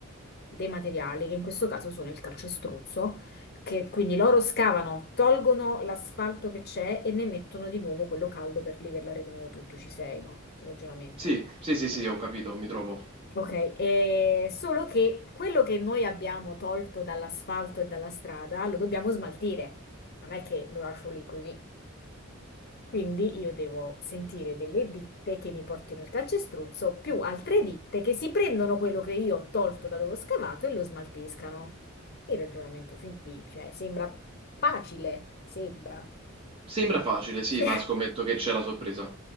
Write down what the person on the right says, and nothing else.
Sì, sì, sì,
sì, ho capito, mi trovo.
Sembra facile, sì,
ma scommetto che c'è la sorpresa.